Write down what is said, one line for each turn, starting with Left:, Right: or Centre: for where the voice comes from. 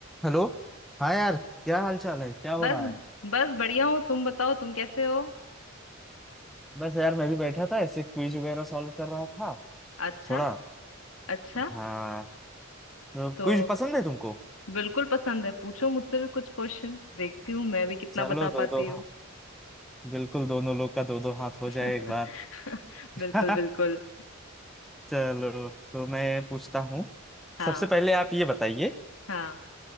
Centre: हेलो हाँ यार क्या हाल चाल है क्या हो
Left: बस
Centre: रहा है
Left: बस बढ़िया हो तुम बताओ तुम कैसे हो
Centre: बस यार मैं भी बैठा था ऐसे क्विज वगैरह सॉल्व कर रहा था
Left: अच्छा
Centre: थोड़ा
Left: अच्छा
Centre: हाँ तो
Left: तो
Centre: क्विज पसंद है तुमको
Left: बिल्कुल पसंद है पूछो मुझसे भी कुछ क्वेश्चन देखती हूँ मैं भी कितना
Centre: चलो
Left: बता
Centre: दो
Left: पाती
Centre: दो
Left: हूँ
Centre: हाँ बिल्कुल दोनों लोग का दो दो हाथ हो जाए
Left: <laughs>
Centre: एक बार <laughs>
Left: बिल्कुल बिल्कुल
Centre: चलो तो मैं पूछता हूँ
Left: हाँ
Centre: सबसे पहले आप ये बताइए
Left: हाँ